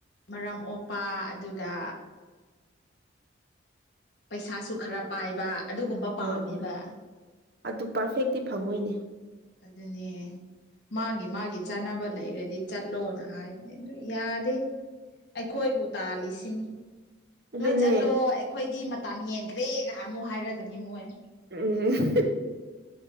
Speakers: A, on the left (about 60°); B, on the right (about 50°).
A: ꯃꯔꯝ ꯑꯣꯛꯄ ꯑꯗꯨꯒ ꯄꯩꯁꯥꯁꯨ ꯈꯔ ꯄꯥꯏꯕ ꯑꯗꯨꯒꯨꯝꯕ ꯄꯥꯝꯃꯦꯕ
B: ꯍꯣꯏ ꯍꯣꯏ ꯑꯗꯨ ꯄꯥꯔꯐꯦꯛꯇꯤ ꯐꯪꯉꯣꯏꯅꯦ
A: ꯑꯗꯨꯅꯦ ꯃꯥꯒꯤ ꯃꯥꯒꯤ ꯆꯥꯅꯕ ꯂꯩꯔꯗꯤ ꯆꯠꯂꯣꯅ ꯍꯥꯏꯕꯅꯦ ꯑꯗꯨ ꯌꯥꯗꯦ ꯑꯩꯈꯣꯏꯕꯨ ꯇꯥꯜꯂꯤꯁꯤꯅꯤ
B: ꯑꯗꯨꯅꯦ
A: ꯅꯣꯏ ꯆꯠꯂꯣ ꯑꯩꯈꯣꯏꯗꯤ ꯃꯇꯝ ꯍꯦꯟꯈ꯭ꯔꯦꯒ ꯑꯃꯨꯛ ꯍꯥꯏꯔꯒꯅꯤ ꯃꯣꯏ
B: ꯎꯝ